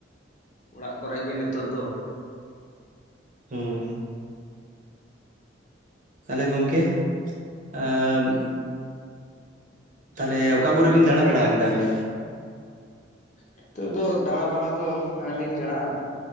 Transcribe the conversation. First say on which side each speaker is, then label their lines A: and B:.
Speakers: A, on the left; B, on the right.
A: ᱚᱲᱟᱜ ᱠᱚᱨᱮᱜ ᱜᱮ ᱱᱤᱛᱚᱜ ᱫᱚ ᱾
B: ᱦᱩᱸ ᱾ ᱛᱟᱦᱚᱞᱮ ᱜᱚᱢᱠᱮ ᱮᱸᱻ ᱛᱟᱦᱚᱞᱮ ᱚᱠᱟ ᱠᱚᱨᱮ ᱵᱤᱱ ᱫᱟᱬᱟ ᱵᱟᱲᱟ ᱟᱠᱟᱫᱟ ᱟᱹᱵᱤᱱ ᱫᱚ?
A: ᱱᱤᱛᱚᱜ ᱫᱚ ᱫᱟᱬᱟ ᱵᱟᱲᱟ ᱫᱚ ᱟᱹᱣᱨᱤ ᱞᱤᱧ ᱪᱟᱞᱟᱜᱼᱟ ᱾